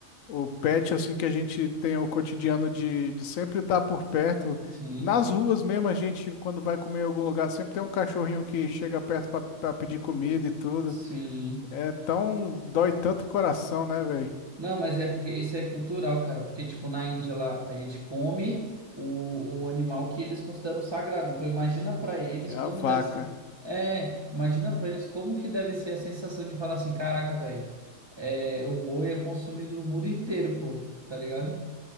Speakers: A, on the left (about 80°); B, on the right (about 20°).
A: O pet, assim, que a gente tem o cotidiano de, de sempre estar por perto.
B: Sim,
A: Nas ruas mesmo, a gente, quando vai comer em algum lugar, sempre tem um cachorrinho que chega perto para pedir comida e tudo.
B: sim.
A: É tão. Dói tanto o coração, né, velho?
B: Não, mas é porque isso é cultural, cara. Porque, tipo, na Índia lá, a gente come o, o animal que eles consideram sagrado. Então, imagina pra eles
A: Que a
B: como
A: vaca.
B: deve ser. É, imagina pra eles como que deve ser a sensação de falar assim: caraca, velho, é, o boi é consumido no mundo inteiro, pô, tá ligado?